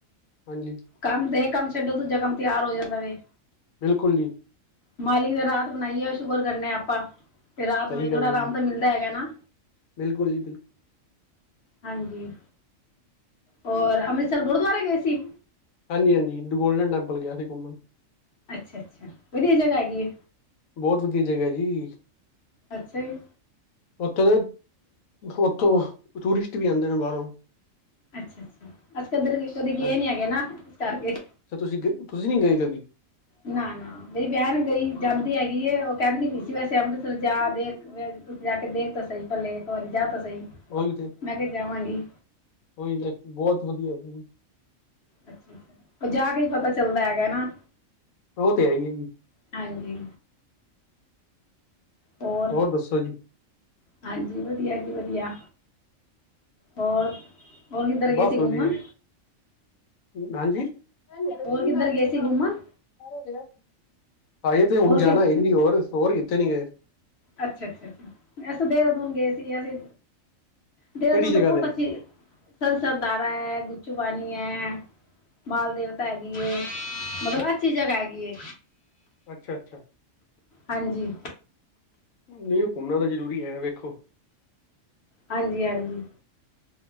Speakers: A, on the left; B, on the left.
A: ਹਾਂਜੀ।
B: ਕੰਮ ਤੇ, ਇਹ ਕੰਮ ਛੱਡੋ, ਦੂਜਾ ਕੰਮ ਤਿਆਰ ਹੋ ਜਾਂਦਾ ਵੇ।
A: ਬਿਲਕੁਲ ਜੀ।
B: ਮਾਲਿਕ ਨੇ ਰਾਤ ਬਣਾਈ ਏ ਸ਼ੁਕਰ ਕਰਨੇ ਆ ਆਪਾਂ ਤੇ ਰਾਤ
A: ਸਹੀ
B: ਬੀ ਥੋੜ੍ਹਾ
A: ਗੱਲ ਹੈ
B: ਆਰਾਮ
A: ਜੀ,
B: ਤਾਂ ਮਿਲਦਾ ਹੈਗਾ ਨਾ।
A: ਬਿਲਕੁਲ ਜੀ।
B: ਹਾਂਜੀ ਹੋਰ ਅੰਮ੍ਰਿਤਸਰ ਗੁਰਦੁਆਰੇ ਗਏ ਸੀ।
A: ਹਾਂਜੀ-ਹਾਂਜੀ ਗੋਲਡਨ ਟੈਂਪਲ ਗਿਆ ਸੀ ਕੁਮਣ।
B: ਅੱਛਾ-ਅੱਛਾ। ਵਧੀਆ ਜਗ੍ਹਾ ਹੈਗੀ ਏ।
A: ਬਹੁਤ ਵਧੀਆ ਜਗ੍ਹਾ ਜੀ।
B: ਅੱਛਾ ਜੀ।
A: ਉੱਥੋਂ ਦੇ ਉੱਥੋਂ ਟੂਰਿਸਟ ਵੀ ਆਉਂਦੇ ਨੇ ਬਾਹਰੋਂ
B: ਅੱਛਾ-ਅੱਛਾ ਅਸੀ ਕਧਰ ਕਦੇ ਗਏ
A: ਹਾਂਜੀ
B: ਨੀ ਹੈਗੇ ਨਾ ਇਸ ਕਰਕੇ।
A: ਅੱਛਾ ਤੁਸੀਂ ਗ ਤੁਸੀਂ ਨੀ ਗਏ ਕਦੀ।
B: ਨਾ-ਨਾ। ਮੇਰੀ ਬਹਿਣ ਗਈ ਜਾਂਦੀ ਹੈਗੀ ਏ, ਉਹ ਕਹਿੰਦੀ ਵੀ ਸੀ ਵੈਸੇ ਅੰਮ੍ਰਿਤਸਰ ਜਾ ਦੇਖ ਵੇਖ ਜਾ ਕੇ ਦੇਖ ਤਾਂ ਸਹੀ ਪੱਲੇ ਇੱਕ ਵਾਰੀ ਜਾ ਤੇ ਸਹੀ।
A: ਉਹੀ ਤੇ
B: ਮੈਂ ਕਿਹਾ ਜਾਵਾਂਗੀ
A: ਉਹੀ ਤੇ ਬਹੁਤ ਵਧੀਆ ਜੀ।
B: ਅੱਛਾ-ਅੱਛਾ ਜਾ ਕੇ ਹੀ ਪਤਾ ਚੱਲਦਾ ਹੈਗਾ ਨਾ।
A: ਉਹ ਤੇ ਹੈ ਈ ਏ ਜੀ।
B: ਹਾਂਜੀ। ਹੋਰ
A: ਦੱਸੋ ਜੀ
B: ਹਾਂਜੀ। ਵਧੀਆ ਜੀ ਵਧੀਆ ਹੋਰ ਹੋਰ ਕਿੱਧਰ ਗਏ
A: ਬਸ
B: ਸੀ
A: ਵਧੀਆ
B: ਘੁੰਮਣ
A: ਹਾਂਜੀ <unintelligible>
B: ਹੋਰ ਕਿੱਧਰ ਗਏ ਸੀ ਘੁੰਮਣ
A: ਹਾਏ ਤੇ ਹੁਣ
B: ਹੋਰ
A: ਜਾਣਾ
B: ਕਿ
A: ਹੈ ਹੋਰ- ਹੋਰ ਕਿੱਥੇ ਨੀ ਗਏ।
B: ਅੱਛਾ-ਅੱਛਾ-ਅੱਛਾ। ਅਸੀਂ ਦੇਹਰਾਦੂਨ ਗਏ ਸੀ ਅਸੀਂ ਦੇਹਰਾਦੂਨ
A: ਕਿਹੜੀ ਜਗ੍ਹਾ
B: ਤਾਂ ਬਹੁਤ
A: ਤੇ
B: ਅੱਛੀ ਸੰਸਦਧਾਰਾ ਹੈ, ਗੁੱਚੂ ਪਾਣੀ ਹੈ। ਮਾਲ ਦੇਵਤਾ ਹੈਗੀ ਏ। ਮਤਲਬ ਅੱਛੀ ਜਗ੍ਹਾ ਹੈਗੀ ਏ।
A: ਅੱਛਾ-ਅੱਛਾ।
B: ਹਾਂਜੀ।
A: ਨਹੀਂ ਉਹ ਘੁੰਮਣਾ ਤਾਂ ਜ਼ਰੂਰੀ ਹੈ ਵੇਖੋ।
B: ਹਾਂਜੀ-ਹਾਂਜੀ।